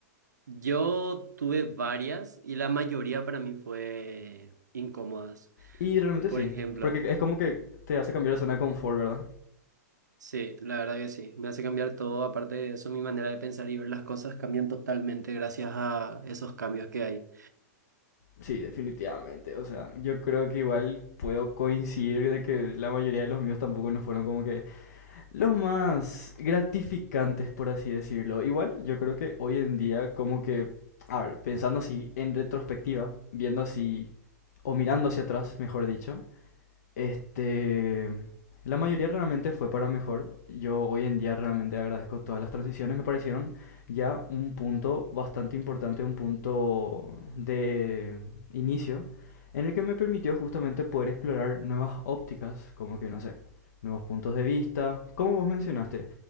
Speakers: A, on the right; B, on the left.
A: Yo tuve varias y la mayoría para mí fue incómodas.
B: Y realmente
A: Por
B: sí,
A: ejemplo,
B: porque es como que te hace cambiar de zona de confort, ¿verdad?
A: sí, la verdad que sí, me hace cambiar todo. Aparte de eso, mi manera de pensar y ver las cosas cambian totalmente gracias a esos cambios que hay.
B: Sí, definitivamente. O sea, yo creo que igual puedo coincidir de que la mayoría de los míos tampoco no fueron como que los más gratificantes, por así decirlo. Igual, yo creo que hoy en día, como que, a ver, pensando así en retrospectiva, viendo así, o mirando hacia atrás, mejor dicho, este, la mayoría realmente fue para mejor. Yo hoy en día realmente agradezco todas las transiciones. Me parecieron ya un punto bastante importante, un punto de inicio, en el que me permitió justamente poder explorar nuevas ópticas, como que no sé, nuevos puntos de vista. Como vos mencionaste,